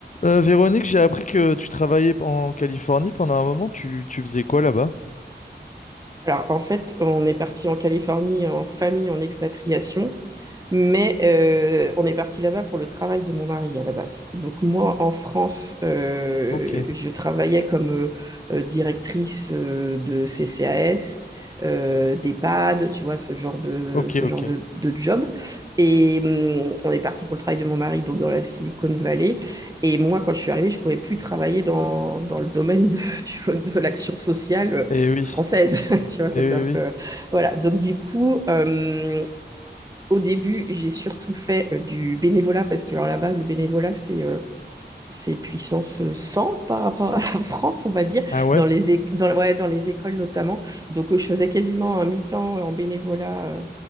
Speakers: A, on the left (about 45°); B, on the right (about 20°).
A: Euh, Véronique, j'ai appris que tu travaillais en Californie pendant un moment. Tu, tu faisais quoi là-bas?
B: Alors, en fait, on est parti en Californie en famille, en expatriation, mais euh, on est parti là-bas pour le travail de mon mari à la base. Donc, moi, en France, euh,
A: Ok,
B: je travaillais comme euh, euh, directrice euh, de CCAS, euh, d'EHPAD, tu vois, ce genre de,
A: ok,
B: ce
A: ok.
B: genre de, de job. Et hum, on est parti pour le travail de mon mari, donc dans la Silicon Valley. Et moi, quand je suis arrivée, je pouvais plus travailler dans, dans le domaine de, <laughs> tu vois, de l'action sociale
A: Eh oui,
B: française, <laughs> tu vois, c'était
A: eh
B: un peu...
A: oui, oui.
B: Voilà, donc du coup, euh, au début, j'ai surtout fait euh, du bénévolat, parce que alors, là-bas, le bénévolat, c'est euh, c'est puissance euh, 100 par rapport à la <laughs> France, on va dire,
A: Ah ouais?
B: dans les, é- dans, ouais, dans les écoles notamment. Donc, euh, je faisais quasiment un mi-temps en bénévolat euh,